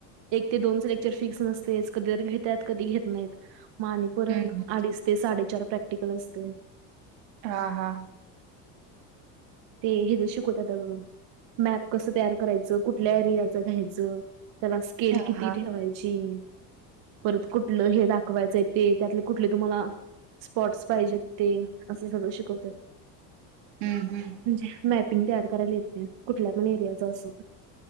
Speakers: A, on the right; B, on the right.
A: एक ते दोनच लेक्चर फिक्स नसतेच कधीतरी घेतात कधी घेत नाहीत. म आणि परत
B: हम्म
A: अडीच ते साडेचार प्रॅक्टिकल असतय.
B: हा हा
A: ते हे जे शिकवतात म मॅप कसं तयार करायचं कुठल्या एरियाच घ्यायचं त्याला स्केल
B: हा
A: किती
B: हा
A: ठेवायची परत कुठलं हे दाखवायचं ते त्यातले कुठले तुम्हाला स्पॉट्स पाहिजेत ते असं सगळं शिकवत्यात.
B: हम्म हम्म
A: म्हणजे मॅपिंग तयार करायला येते कुठल्या पण एरियाच असो.